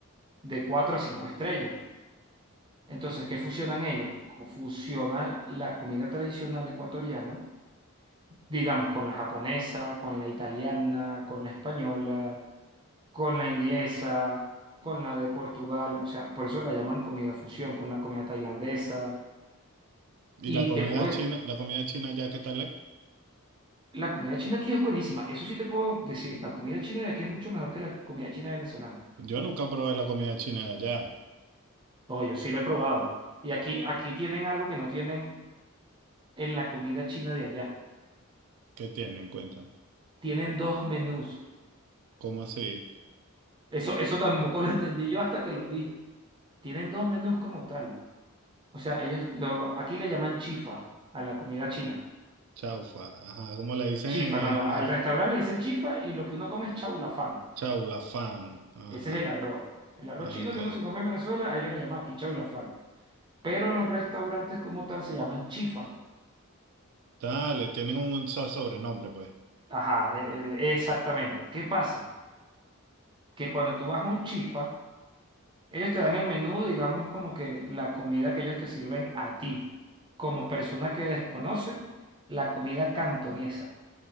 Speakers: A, on the right; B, on the right.
A: de 4 a 5 estrellas. Entonces, ¿qué fusionan ellos? Co- Fusionan la comida tradicional ecuatoriana, digamos, con la japonesa, con la italiana, con la española, con la inglesa, con la de Portugal, o sea, por eso la llaman comida fusión, con la comida tailandesa.
B: ¿Y
A: Y
B: la comida
A: te puedo,
B: china, la comida china allá qué tal es?
A: la comida china aquí es buenísima, eso sí te puedo decir, la comida china de aquí es mucho mejor que la comida china venezolana.
B: Yo nunca probé la comida china de allá.
A: No, yo sí lo he probado. Y aquí, aquí tienen algo que no tienen en la comida china de allá.
B: ¿Qué tienen? Cuéntame.
A: tienen dos menús.
B: ¿Cómo así?
A: Eso, eso tampoco lo entendí yo hasta que lo vi. Tienen dos menús como tal. O sea, ellos lo, aquí le llaman chifa a la comida china.
B: Chaufa. Ajá, como le dicen
A: Chifa,
B: en, eh,
A: no, no.
B: en-
A: Al restaurante le dicen chifa y lo que uno come es chaulafán.
B: Chau, la fan. Ajá.
A: Ese es el arroz. El arroz
B: Ah,
A: chino
B: Ok.
A: que uno se come en Venezuela, a ellos le llaman aquí chaulafán. Pero los restaurantes como tal se llaman chifa.
B: Dale, tienen un so- sobrenombre, pues.
A: Ajá, e- e- exactamente. ¿Qué pasa? Que cuando tú vas a un chifa, Ellos te dan el menú, digamos, como que la comida que ellos te sirven a ti, como persona que desconoce la comida cantonesa.